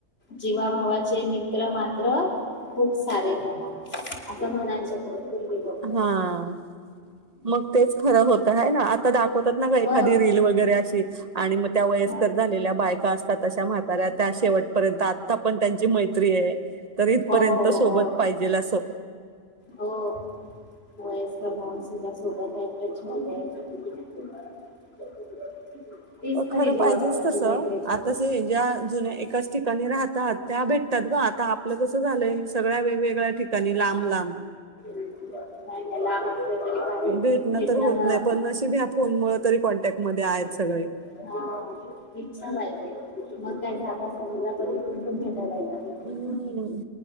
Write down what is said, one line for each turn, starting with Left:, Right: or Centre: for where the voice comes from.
Left: जीवाभवाचे मित्र मात्र खूप सारे जमाव असं म्हणायचे पूर्वी लोक
Right: हा मग तेच खरं होत ह ना आता होतात ना एखादी
Left: हो
Right: रील वगैरे अशी आणि मग त्या वयस्कर
Left: हो
Right: झालेल्या बायका तशा म्हाताऱ्या त्या शेवटपर्यंत आता पण त्यांची मैत्री आहे. तर इथपर्यंत
Left: हो हो
Right: सोबत पाहिजेल असं
Left: हो <unintelligible> तीच
Right: अ
Left: खरी
Right: खरं
Left: जीवाभावाची
Right: पाहिजेच तसं
Left: मैत्री
Right: आता ज ज्या जुन्या एकाच ठिकाणी राहतात त्या भेटतात ग. आता आपलं कसं झालंय सगळ्या वेगवेगळ्या ठिकाणी लांब लांब.
Left: <unintelligible> बाहेर
Right: भेटणं तर होत
Left: मग
Right: नाही पण नशीब ह्या फोन मुळ तरी कॉन्टॅक्ट मध्ये आहेत सगळे.
Left: इच्छा <unintelligible> येतात
Right: हम्